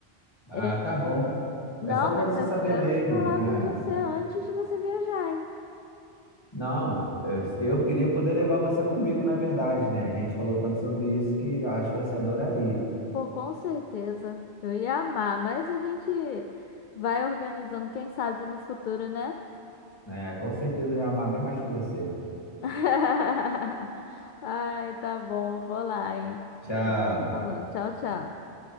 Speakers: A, on the left; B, on the left.
A: Ah,
B: É,
A: tá bom.
B: Não,
A: É só para
B: mas
A: você
B: eu
A: saber
B: quero
A: mesmo.
B: falar
A: né?
B: com você antes de você viajar, hein?
A: Não, eu, eu queria poder levar você comigo, na verdade, né? A gente falou tanto sobre isso que eu acho que você adoraria,
B: Pô, com certeza. Eu ia amar, mas a gente vai organizando, quem sabe no futuro, né?
A: né? Com certeza eu ia amar bem mais que você.
B: <laughs> Ai, tá bom, eu vou lá, hein?
A: Tchau.
B: A gente vai se falando. Tchau, tchau.